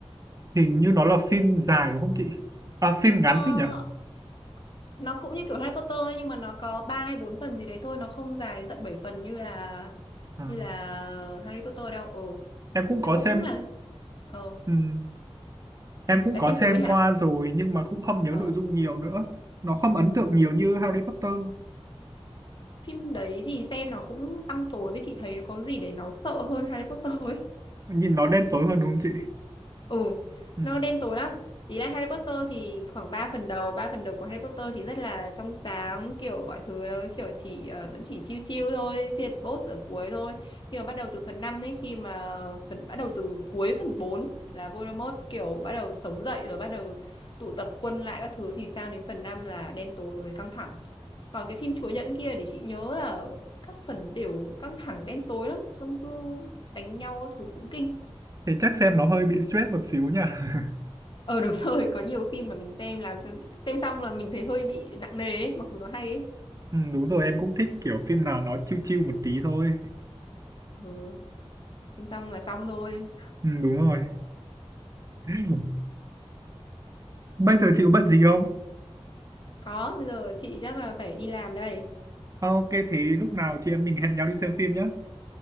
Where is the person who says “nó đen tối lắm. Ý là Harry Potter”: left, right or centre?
Left